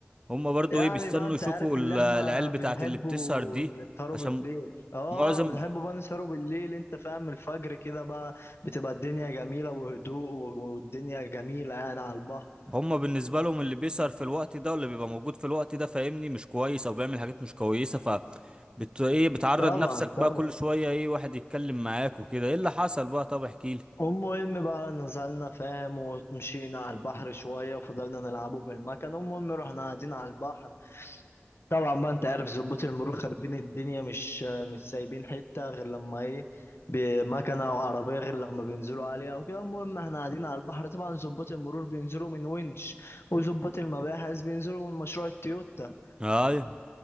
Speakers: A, on the right; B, on the left.
A: هما برضو
B: يعني
A: ايه بيستنوا
B: بقى انت
A: يشوفوا
B: عارف
A: ال-
B: اللي احنا
A: العيال بتاعت
B: بنحبه
A: اللي بتسهر دي
B: نسهروا
A: عشان
B: بالليل اه
A: معظم
B: بنحبه بقى نسهروا بالليل انت فاهم الفجر كده بقى بتبقى الدنيا جميلة وهدوء والدنيا جميلة يعني على البحر
A: هما بالنسبة لهم اللي بيسهر في الوقت ده واللي بيبقى موجود في الوقت ده فاهمني مش كويس او بيعمل حاجات مش كويسة فبت ايه بتعرض
B: طبعا
A: نفسك بقى
B: طبعا
A: كل شوية ايه واحد يتكلم معاك وكده ايه اللي حصل بقى طب احكيلي
B: المهم بقى نزلنا فاهم ومشينا على البحر شوية وفضلنا نلعبه بالمكان المهم رحنا قاعدين على البحر طبعا بقى انت عارف ظباط المرور خاربين الدنيا مش مش سايبين حتة غير لما ايه بمكنة او عربية غير لما بينزلوا عليها او كده المهم احنا قاعدين على البحر طبعا ظباط المرور بينزلوا من ونش وظباط المباحث بينزلوا من مشروع التويوتا
A: ايوه